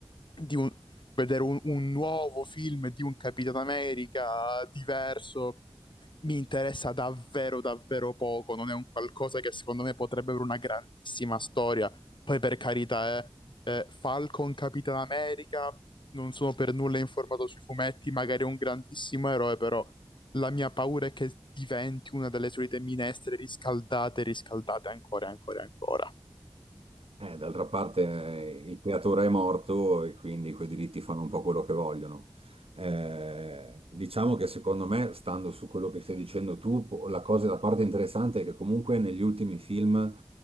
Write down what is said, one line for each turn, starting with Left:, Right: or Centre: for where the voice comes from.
Left: di un- vedere un, un nuovo film di un Capitano America diverso mi interessa davvero, davvero poco. Non è un qualcosa che secondo me potrebbe avere una grandissima storia. Poi, per carità, eh, eh, Falcon, Capitan America, non sono per nulla informato sui fumetti, magari è un grandissimo eroe, però la mia paura è che diventi una delle solite minestre riscaldate, riscaldate ancora, ancora, ancora.
Right: Eh, d'altra parte eh, il creatore è morto e quindi quei diritti fanno un po' quello che vogliono. Eh, diciamo che secondo me, stando su quello che stai dicendo tu, po- la cosa, la parte interessante è che comunque negli ultimi film, eh,